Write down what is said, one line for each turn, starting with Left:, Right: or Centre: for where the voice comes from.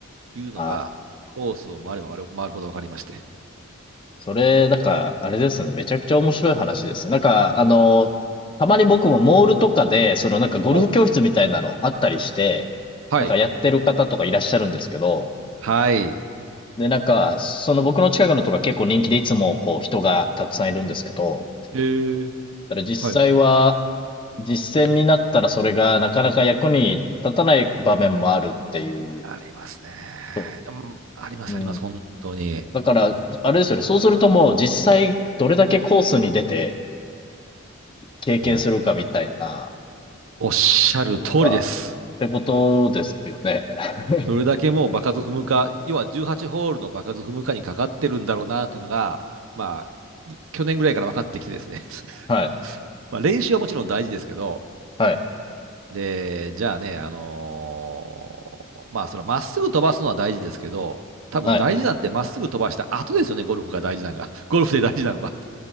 Right: いうのが、
Left: あ、
Right: コースを回れば回る回るほど分かりまして。
Left: それ、なんか、あれですね。めちゃくちゃ面白い話ですね。なんか、あの、たまに僕もモールとかで、そのなんかゴルフ教室みたいなのあったりして、
Right: おはい。
Left: なんかやってる方とかいらっしゃるんですけど、
Right: はい。
Left: で、なんか、その僕の近くのとか結構人気でいつもこう人がたくさんいるんですけど、
Right: へー
Left: ただ実際は
Right: はい。
Left: 実践になったらそれがなかなか役に立たない場面もあるっていう
Right: ありますね。
Left: そ
Right: うんあります、
Left: う。うん。
Right: あります、本当に。
Left: だから、あれですよね。そうするともう実際どれだけコースに出て経験するかみたいな
Right: もう、おっしゃる通りです。
Left: 方が、ってことですよね。<laughs>
Right: どれだけもう場数踏むか、要は18ホールの場数踏むかにかかってるんだろうなというのが、まあ、い去年ぐらいから分かってきてですね。<laughs>
Left: はい。
Right: まあ、練習はもちろん大事ですけど、
Left: はい。
Right: で、じゃあね、あのーまあ、それはまっすぐ飛ばすのは大事ですけど、多分大事なんてまっすぐ飛ばした後ですよね、
Left: はい。
Right: ゴルフが大事なのが。<laughs> ゴルフで大事なのは。